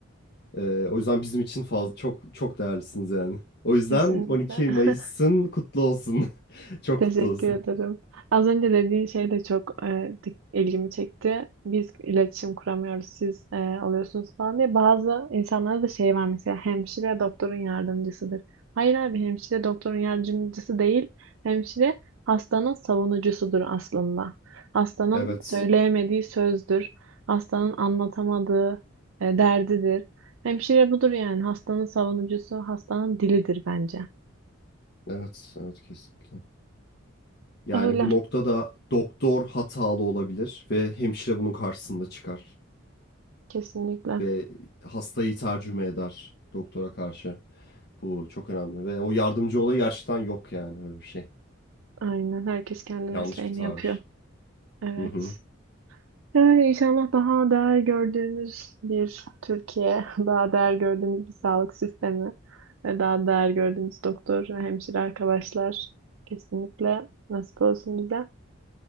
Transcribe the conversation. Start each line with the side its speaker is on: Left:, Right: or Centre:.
Left: Ee, o yüzden bizim için fazla, çok çok değerlisiniz yani. O yüzden
Right: Kesinlikle.
Left: 12 Mayıs'ın
Right: <laughs>
Left: kutlu olsun. <laughs> Çok
Right: Teşekkür
Left: kutlu olsun.
Right: ederim. Az önce dediğin şey de çok e, dik- ilgimi çekti. Biz iletişim kuramıyoruz, siz e, alıyorsunuz falan diye. Bazı insanlara da şey var mesela hemşire doktorun yardımcısıdır. Hayır abi hemşire doktorun yardımcısı değil. Hemşire hastanın savunucusudur aslında. Hastanın
Left: Evet.
Right: söyleyemediği sözdür. Hastanın anlatamadığı e, derdidir. Hemşire budur yani hastanın savunucusu, hastanın dilidir bence.
Left: Evet, evet kesinlikle. Yani
Right: Öyle
Left: bu noktada doktor hatalı olabilir ve hemşire bunun karşısında çıkar
Right: kesinlikle.
Left: ve hastayı tercüme eder doktora karşı. Bu çok önemli ve o yardımcı olayı gerçekten yok yani öyle bir şey.
Right: Aynen. Herkes kendi
Left: Yanlış
Right: mesleğini
Left: bir tabir.
Right: yapıyor. Evet.
Left: Hı hı.
Right: Yani inşallah daha değer gördüğümüz bir Türkiye, <laughs> daha değer gördüğümüz bir sağlık sistemi ve daha değer gördüğümüz doktor ve hemşire arkadaşlar kesinlikle nasip olsun bize.